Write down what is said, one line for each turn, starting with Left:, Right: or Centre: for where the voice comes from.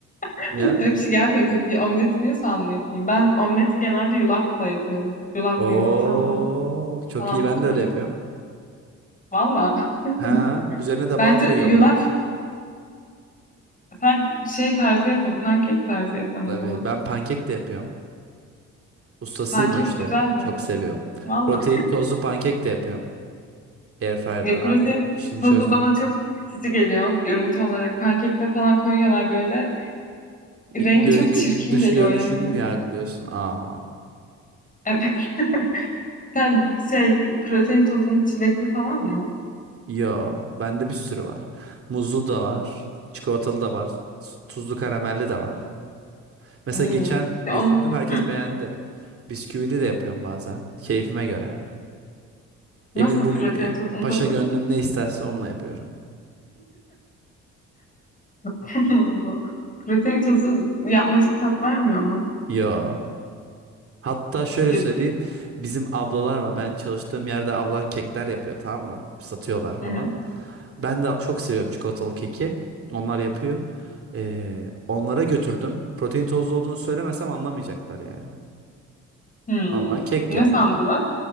Left: <laughs>
Right: Ya.
Left: Öyle bir şey gelmiyor tabii ki. Omleti niye sanlı yapayım? Ben omleti genelde yulafla yapıyorum. Yulaf,
Right: Oo
Left: yumurta, un
Right: çok
Left: falan
Right: iyi ben
Left: filan.
Right: de öyle yapıyorum.
Left: Valla. <laughs>
Right: Ha üzerine de
Left: Bence
Right: bal koyuyorum
Left: yulaf
Right: ben.
Left: sen şey tarzı yapın. Pankek tarzı yapın
Right: Tabii
Left: o zaman.
Right: ben pankek de yapıyorum. Ustasıyım
Left: Pankek
Right: o işlerin.
Left: güzel ya.
Right: Çok seviyorum.
Left: Valla.
Right: Protein tozlu pankek de yapıyorum. Airfryer'da
Left: Ya pırasa'nın
Right: artık işini
Left: tazı
Right: çözdüm.
Left: bana çok itici geliyor görüntü olarak. Pankekte falan koyuyorlar böyle.
Right: İ-
Left: Rengi
Right: Gör,
Left: çok
Right: gö-
Left: çirkin
Right: dış
Left: geliyor
Right: görünüşünü
Left: yani.
Right: mü yargılıyorsun? Aa.
Left: Evet. <laughs> Sen şey protein tozunu çilekli falan mı?
Right: Yo bende bir sürü var. Muzlu da var. Çikolatalı da var. s- Tuzlu karamelli de var. Mesela
Left: İyi.
Right: geçen
Left: Ya
Right: götürdüm
Left: on,
Right: herkes
Left: Hı.
Right: beğendi. Bisküvili de yapıyorum bazen. Keyfime göre.
Left: Nasıl
Right: Emir bugün
Left: protein
Right: e,
Left: tozunun
Right: paşa
Left: tadı?
Right: gönlüm ne isterse onunla yapıyorum.
Left: <laughs> Allah. Protein tozu yapmacık tat vermiyor mu?
Right: Ya. Hatta şöyle
Left: Ya,
Right: söyleyeyim. Bizim ablalar var. Ben çalıştığım yerde ablalar kekler yapıyor tamam mı? Satıyorlar
Left: hı
Right: falan.
Left: hı.
Right: Ben de çok seviyorum çikolatalı keki. Onlar yapıyor. Ee, onlara götürdüm. Protein tozlu olduğunu söylemesem anlamayacaklar yani.
Left: Hmm.
Right: Ama kek
Left: Ne
Right: yani.
Left: sandılar?